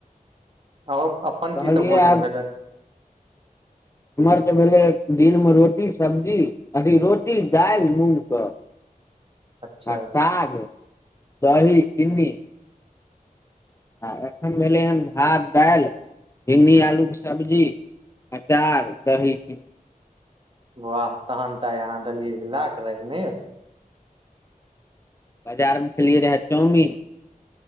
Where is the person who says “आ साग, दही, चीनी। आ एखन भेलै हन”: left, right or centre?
Left